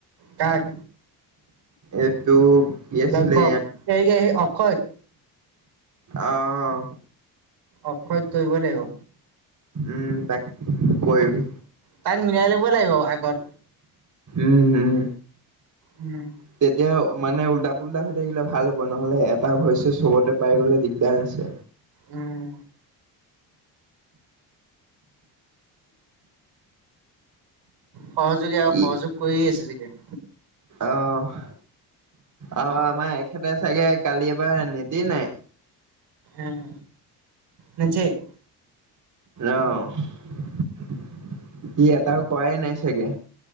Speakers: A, on the right (about 75°); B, on the right (about 45°).
A: কাক
B: এইটো কি আছিলে
A: লক্ষক ইয়ে ইয়ে অক্ষক
B: অহ
A: অক্ষয়ক কৰিব লাগিব
B: উম তাক কয়বি
A: তাইক মিলাই ল'ব লাগিব আগত
B: উম হম
A: উম
B: তেতিয়া মানে উলটা কুলা হৈ থাকিলে ভাল হ'ব নহ'লে এটা ভইচে চবতে পাই গলে দিগদাৰ আছে
A: উম সহযোগে আৰু
B: ই
A: সহযোগ কৰিয়ে আছে চাগে <inaudible>
B: আহ আৰু আমাৰ এখেতে চাগে কালি এ পৰা নেতি নাই।
A: আহ নজয়'
B: আহ স এটাও কোৱ নাই চাগে।